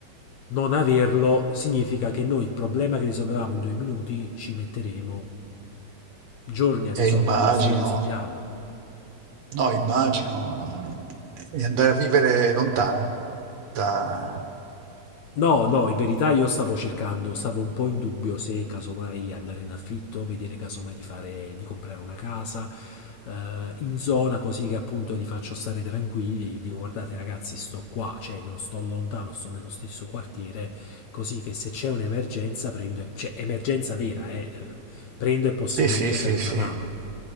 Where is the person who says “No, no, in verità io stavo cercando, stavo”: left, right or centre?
Left